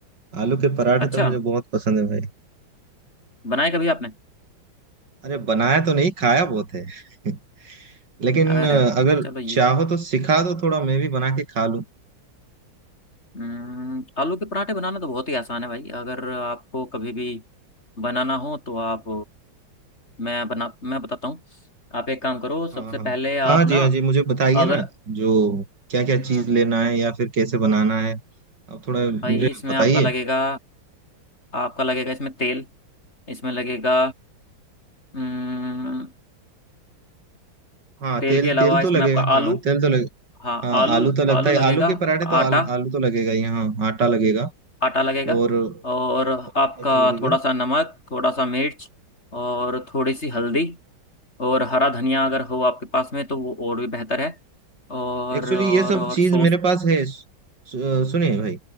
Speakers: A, on the right; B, on the left.
A: आलू के पराठे
B: अच्छा
A: तो मुझे बहुत पसंद है भाई
B: बनाए कभी आपने
A: अरे बनाया तो नहीं खाया बहुत है <laughs> लेकिन
B: अरे
A: अ,
B: वाह
A: अगर
B: चलो ये
A: चाहो तो सिखा दो थोड़ा मैं भी बना के खा लूं
B: हम्म, आलू के पराठे बनाना तो बहुत ही आसान है भाई अगर आपको कभी भी बनाना हो तो आप मैं बना मैं बताता हूँ आप एक काम करो
A: हाँ
B: सबसे
A: हाँ
B: पहले आप
A: हाँ जी
B: ना
A: हाँ जी मुझे बताइए
B: अगर
A: ना जो क्या क्या
B: हम्म,
A: चीज लेना है या फिर कैसे बनाना है अब थोड़ा
B: भाई
A: मुझे
B: इसमें
A: बताइए
B: आपका लगेगा आपका लगेगा इसमें तेल इसमें लगेगा हम्म,
A: हाँ
B: तेल
A: तेल
B: के अलावा
A: तेल तो
B: इसमें
A: लगेगा
B: आपका
A: हाँ
B: आलू
A: तेल तो लगेगा
B: हाँ
A: हाँ
B: आलू
A: आलू तो लगता
B: आलू
A: है
B: लगेगा
A: आलू के पराठे तो आलू
B: आटा
A: आलू तो लगेगा ही हाँ आटा लगेगा
B: आटा लगेगा
A: और
B: और
A: क्या
B: आपका
A: क्या लगेगा
B: थोड़ा सा नमक थोड़ा सा मिर्च और थोड़ी सी हल्दी और हरा धनिया अगर हो आपके पास में तो वो और भी बेहतर है और
A: एक्चुअली
B: और
A: ये सब
B: और
A: चीज
B: सॉस
A: मेरे पास है सु- सुनिए भाई